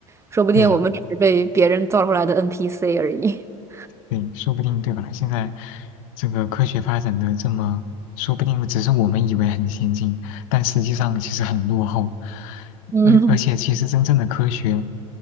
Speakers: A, on the right; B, on the left.
A: 说不定我们只是被别人造出来的
B: 对呀、
A: NPC 而已。<laughs>
B: 对，说不定对吧？现在这个科学发展的这么，说不定只是我们以为很先进，但实际上其实很落后。
A: 嗯
B: 而而且，其实真正的科学